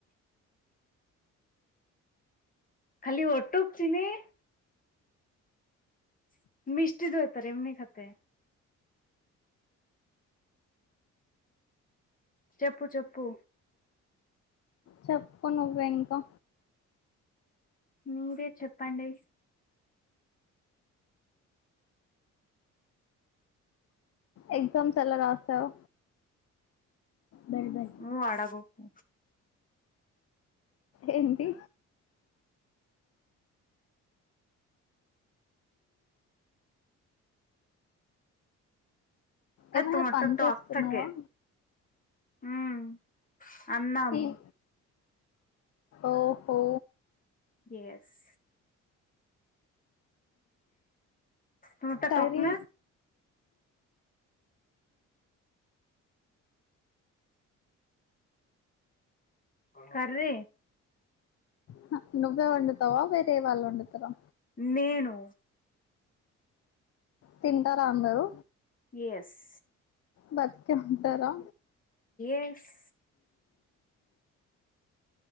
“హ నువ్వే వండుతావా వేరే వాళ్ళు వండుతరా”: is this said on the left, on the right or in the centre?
Left